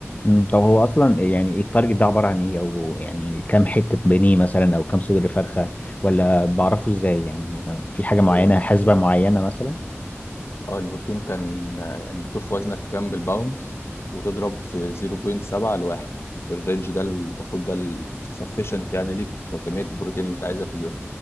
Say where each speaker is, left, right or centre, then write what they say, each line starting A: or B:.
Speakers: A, on the left; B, on the left.
A: أمم، طب هو أصلا يعني إيه التارجت ده عبارة عن إيه أو يعني كام حتة بانيه مثلا أو كام صدر فرخة ولا بعرفه إزاي يعني آه، في حاجة معينة
B: هو البروتين
A: حسبة معينة مثلا؟
B: اه البروتين كان آه، يعني بتشوف وزنك كام بالباوندز وتضرب في 0.7 لواحد الرينج ده المفروض ده السفشنت يعني ليك كمية البروتين اللي انت عايزها في اليوم